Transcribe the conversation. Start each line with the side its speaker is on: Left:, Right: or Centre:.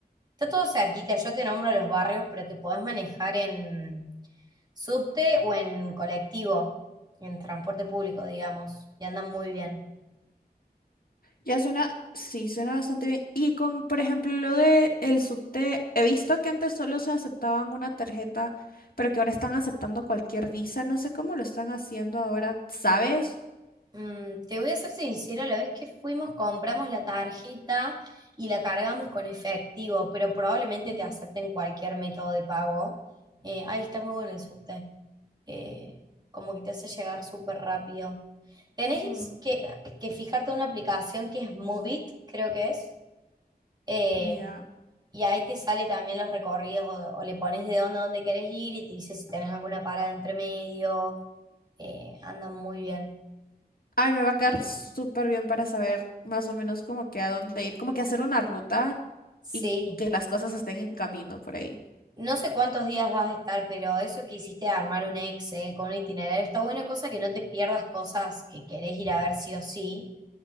Right: Está todo cerquita, yo te nombro los barrios, pero te podés manejar en subte o en colectivo, en transporte público, digamos, y andan muy bien.
Left: Ya suena, sí, suena bastante bien. Y con, por ejemplo, lo de el subte, he visto que antes solo se aceptaban una tarjeta, pero que ahora están aceptando cualquier visa. No sé cómo lo están haciendo ahora, ¿sabes?
Right: Mm, te voy a ser sincera, la vez que fuimos compramos la tarjeta y la cargamos con efectivo, pero probablemente
Left: Mm,
Right: te acepten cualquier método de pago. Eh, ahí está muy bueno el subte. Eh, como que te hace llegar súper rápido. Tenés
Left: ujú,
Right: que, que fijarte en una aplicación que es Moovit, creo que es. Eh,
Left: Ya.
Right: y ahí te sale también los recorridos o, o le pones de dónde a dónde querés ir y te dice si tenés alguna parada entre medio. Eh, andan muy bien.
Left: Ay, me va a caer súper bien para saber más o menos como que a dónde ir, como que hacer una ruta
Right: Sí,
Left: y que las cosas estén en camino por ahí.
Right: no sé cuántos días vas a estar, pero eso que hiciste de armar un Excel con un itinerario está buena cosa que no te pierdas cosas que querés ir a ver sí o sí,